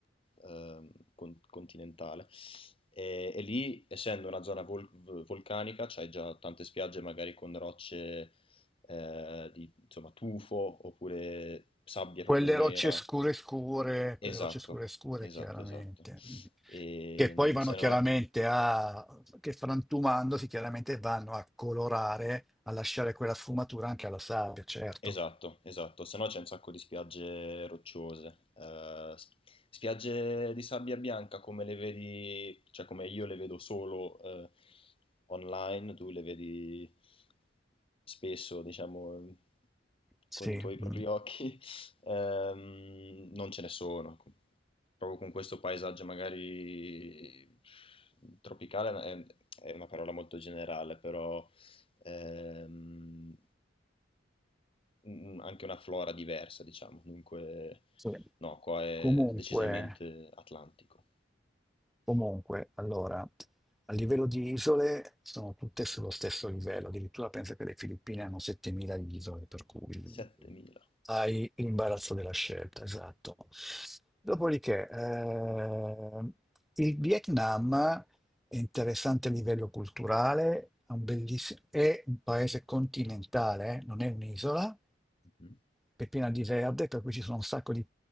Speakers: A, on the left; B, in the centre.
A: ehm, con- continentale. E, e lì, essendo una zona vol- v- vulcanica, c'hai già tante spiagge magari con rocce eh, di insomma, tufo oppure sabbia
B: Quelle
A: proprio nera.
B: rocce scure scure,
A: Esatto,
B: quelle rocce scure scure,
A: esatto,
B: chiaramente,
A: esatto. E,
B: che poi vanno
A: se
B: chiaramente
A: no,
B: a, che frantumandosi chiaramente vanno a colorare, a lasciare quella sfumatura anche alla sabbia, certo.
A: esatto, esatto. Se no c'è un sacco di spiagge rocciose. Eh, s- spiagge di sabbia bianca come le vedi, cioè come io le vedo solo eh, online, tu le vedi spesso, diciamo,
B: Sì,
A: con i tuoi propri
B: mm,
A: occhi. <laughs> Ehm, non ce ne sono, proprio con questo paesaggio magari tropicale è, è una parola molto generale, però ehm, un- anche una flora diversa, diciamo. Dunque,
B: sì.
A: no, qua è
B: Comunque,
A: decisamente atlantico.
B: comunque, allora, a livello di isole sono tutte sullo stesso livello, addirittura penso che le Filippine hanno 7000 isole, per cui
A: 7000.
B: hai l'imbarazzo della scelta, esatto. Dopodiché, ehm, il Vietnam è interessante a livello culturale, ha un belliss- è un paese continentale, eh, non è un'isola,
A: Mhm.
B: è piena di verde, per cui ci sono un sacco di,